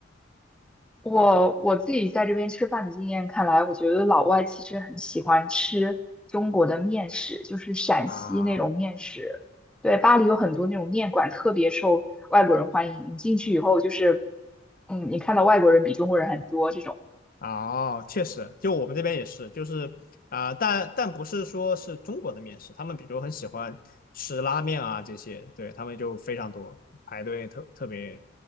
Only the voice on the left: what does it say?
啊。
哦，确实，就我们这边也是，就是啊、呃但但不是说是中国的面食，他们比如很喜欢吃拉面啊这些，对，他们就非常多，排队特特别，